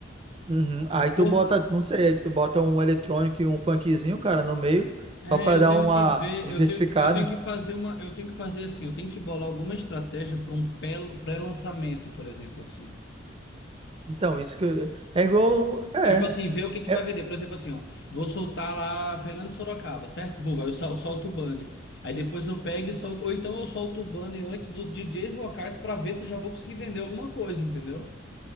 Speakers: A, on the right; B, on the left.
A: Uhum. Aí tu
B: Por
A: bota, não sei, aí tu bota um eletrônico e um funkzinho, cara, no meio,
B: É,
A: só pra
B: eu
A: dar
B: tenho
A: uma
B: que ver,
A: diversificada.
B: eu tenho, eu tenho que fazer uma, eu tenho que fazer assim, eu tenho que bolar alguma estratégia para um pé- pré-lançamento, por exemplo, assim.
A: Então, isso que é igual, é,
B: Tipo assim, ver o que que
A: é,
B: vai vender. Por exemplo, assim, ó, vou soltar lá Fernando Sorocaba, certo? Vou, vai eu sol- solto o banner. Aí depois eu pego e solto, ou então eu solto o banner antes dos DJs locais para ver se eu já vou conseguir vender alguma coisa, entendeu?